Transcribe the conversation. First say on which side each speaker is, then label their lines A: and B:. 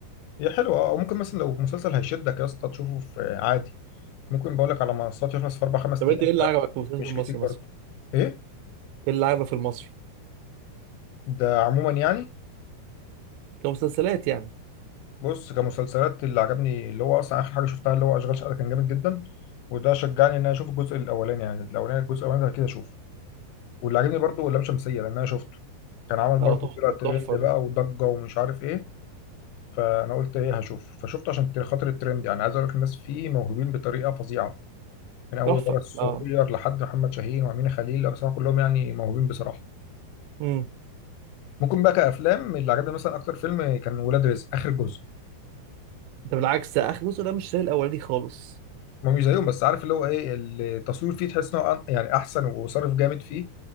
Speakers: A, on the left; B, on the right.
A: هي حلوه اه وممكن مثلا لو مسلسل هيشدك يا اسطى تشوفه في عادي ممكن بقول لك على منصات يخلص في اربع خمس
B: طب
A: ايام
B: انت ايه اللي عجبك في المسلسل
A: مش
B: المصري
A: كتير
B: مثلا؟
A: برضه ايه
B: ايه اللي عجبك في المصري؟
A: ده عموما يعني
B: كمسلسلات يعني
A: بص كمسلسلات اللي عجبني اللي هو اصلا اخر حاجه شفتها اللي هو اشغال شقه كان جامد جدا وده شجعني ان انا اشوف الجزء الاولاني يعني الاولاني الجزء الاولاني ده كده اشوفه واللي عجبني برضه لام شمسيه لان انا شفته كان عمل برضه
B: اه تحفة
A: طلع ترند
B: تحفة
A: بقى
B: ده
A: وضجه ومش عارف ايه فانا قلت ايه هشوف فشفته عشان خاطر الترند يعني عايز اقول لك الناس فيه موهوبين بطريقه فظيعه من اول
B: تحفة
A: ولا الصغير
B: اه
A: لحد محمد شاهين وامين خليل لا بصراحه كلهم يعني موهوبين بصراحه
B: امم
A: ممكن بقى كافلام اللي عجبني مثلا اكتر فيلم كان ولاد رزق اخر جزء
B: ده بالعكس ده اخر جزء ده مش زي الاولاني خالص
A: ما مش زيهم بس عارف اللي هو ايه التصوير فيه تحس انه أن- يعني احسن وصرف جامد فيه